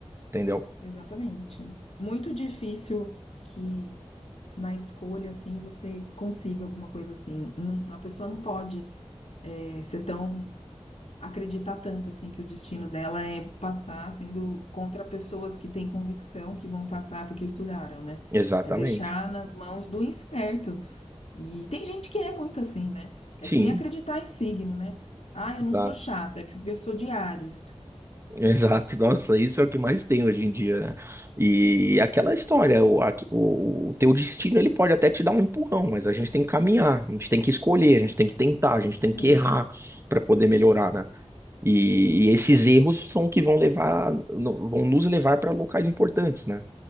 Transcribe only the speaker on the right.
entendeu?
Exatamente.
Sim.
exato.
Exato, nossa, isso é o que mais tem hoje em dia, né? E aquela história, o, aque- o, o teu destino ele pode até te dar um empurrão, mas a gente tem que caminhar, a gente tem que escolher, a gente tem que tentar, a gente tem
que errar para poder melhorar, né? E, e esses erros são o que vão levar, no- vão nos levar para locais importantes, né?